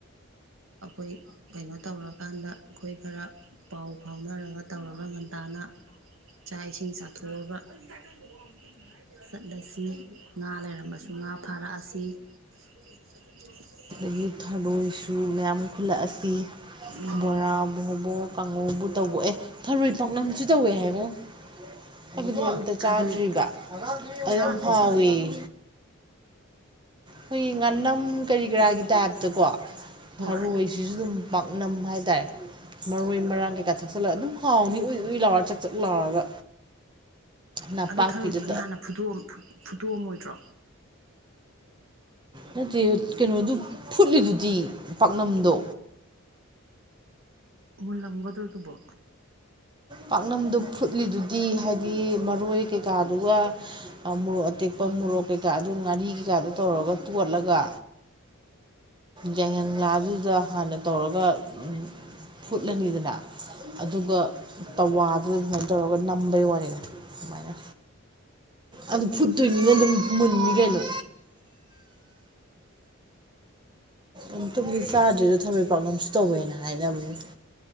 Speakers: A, on the right; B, on the right.
A: ꯑꯩꯈꯣꯏ ꯀꯩꯅꯣ ꯇꯧꯔꯀꯥꯟꯗ ꯑꯩꯈꯣꯏ ꯈꯔ ꯄꯥꯎ ꯐꯥꯎꯅꯔꯒ ꯇꯧꯔꯒ ꯉꯟꯇꯥꯅ ꯆꯥꯛ ꯏꯁꯤꯡ ꯆꯥꯊꯣꯛꯑꯒ <unintelligible> ꯆꯠꯂꯥꯁꯤ ꯉꯥ ꯂꯩꯔꯝꯃꯁꯨ ꯉꯥ ꯐꯥꯔꯛꯑꯁꯤ <inaudible>
B: ꯑꯗꯥꯒꯤ ꯊꯔꯣꯏꯁꯨ ꯃꯌꯥꯝ ꯈꯨꯜꯂꯛ ꯑꯁꯤ
A: ꯎꯝ
B: ꯕꯣꯔꯥꯕꯨ ꯍꯧꯕꯔꫭ ꯀꯥꯡꯍꯧꯕꯨ ꯇꯧꯕꯥꯋꯦ ꯑꯦ ꯊꯔꯣꯏ ꯄꯥꯛꯅꯝꯁꯨ ꯇꯧꯋꯦ ꯍꯥꯏꯉꫭ ꯍꯥꯏꯕꯗꯣ ꯑꯝꯇ
A: ꯊꯔꯣꯏ
B: ꯆꯥꯗ꯭ꯔꯤꯕ ꯑꯗꯨ
A: ꯆꯥꯗ꯭ꯔꯤꯗꯨꯗꯤ
B: ꯌꯥꯝ ꯍꯥꯎꯋꯦꯌꯦ ꯑꯩꯈꯣꯏꯒꯤ ꯉꯅꯝ ꯀꯔꯤ ꯀꯔꯥꯒꯤ ꯇꯥꯏꯞꯇꯀꯣ
A: ꯍꯣꯏ
B: ꯊꯔꯣꯏꯁꯤꯁꯨ ꯑꯗꯨꯝ ꯄꯥꯛꯅꯝ ꯍꯥꯏꯇꯥꯔꯦ ꯃꯔꯣꯏ ꯃꯔꯥꯡ ꯀꯩꯀꯥ ꯊꯛꯆꯜꯂꯒ ꯑꯗꯨꯝ ꯍꯥꯎꯅꯤ ꯎꯏ ꯎꯏ ꯂꯥꯎꯔ ꯆꯛ ꯆꯛ ꯂꯥꯎꯔꯒ ꯅꯄꯥꯛꯄꯤꯗ
A: ꯑꯗꯣ ꯊꯔꯣꯏꯗꯨꯗꯤ ꯍꯥꯟꯅ ꯐꯨꯑ ꯐꯨꯠꯇꯣꯛꯑꯝꯃꯣꯏꯗ꯭ꯔꯣ
B: ꯅꯠꯇꯦ ꯀꯩꯅꯣꯗꯨ ꯐꯨꯠꯂꯤꯗꯨꯗꯤ ꯄꯥꯛꯅꯝꯗꯣ
A: ꯃꯨꯜꯂꯝꯒꯗ꯭ꯔꯣ ꯑꯗꯨꯕꯣ
B: ꯄꯥꯛꯅꯝꯗꯨ ꯐꯨꯠꯂꯤꯗꯨꯗꯤ ꯍꯥꯏꯗꯤ ꯃꯔꯣꯏ ꯀꯩꯀꯥꯗꯨꯒ ꯃꯣꯔꯣꯛ ꯇꯦꯛꯄ
A: ꯍꯣꯏ
B: ꯃꯣꯔꯣꯛ ꯀꯩꯀꯥ ꯑꯗꯨ ꯉꯥꯔꯤ ꯀꯩꯀꯥꯗꯣ ꯇꯧꯔꯒ ꯇꯣꯠꯂꯒ ꯌꯥꯏꯉꯪꯂꯥꯗꯨꯗ ꯍꯥꯟꯅ ꯇꯧꯔꯒ ꯎꯝ ꯐꯨꯠꯂꯅꯤꯗꯅ ꯑꯗꯨꯒ ꯇꯋꯥꯗꯨꯗ ꯇꯧꯔꯒ ꯅꯝꯕꯩ ꯋꯥꯅꯤꯗ ꯁꯨꯃꯥꯏꯅ ꯑꯗꯨ ꯐꯨꯠꯇꯣꯏꯅꯤꯅ ꯑꯗꯨꯝ ꯃꯨꯟꯅꯤ ꯀꯩꯅꯣ
A: <inaudible> <inaudible>
B: ꯑꯝꯇꯕꯨꯗꯤ ꯆꯥꯗ꯭ꯔꯤꯗꯣ ꯊꯔꯣꯏ ꯄꯥꯛꯅꯝꯁꯨ ꯇꯧꯋꯦꯅ ꯍꯥꯏꯅꯕꯅꯤ